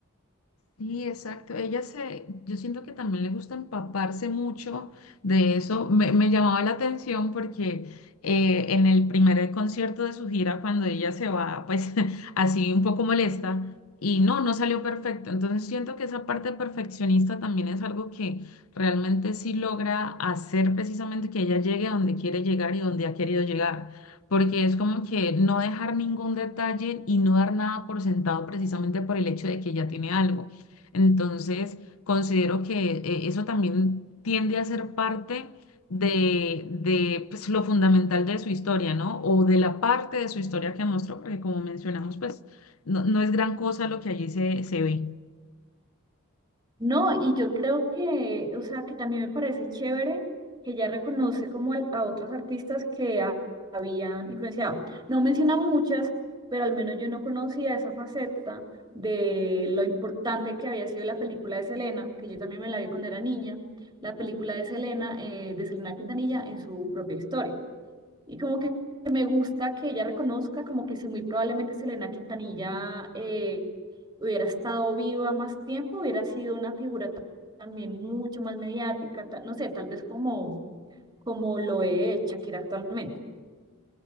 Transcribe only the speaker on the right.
No, y yo creo que, o sea, que también me parece chévere que ella reconoce como al- a otros artistas que ha- habían influenciado. No menciona muchas, pero al menos yo no conocía esa faceta de lo importante que había sido la película de Selena, que yo también me la vi cuando era niña, la película de Selena, eh, de Selena Quintanilla en su propia historia. Y como que me gusta que ella reconozca como que si muy probablemente Selena Quintanilla eh, hubiera estado viva más tiempo, hubiera sido una figura ta- también mucho más mediática, ta- no sé, tal vez como, como lo es Shakira actualmente.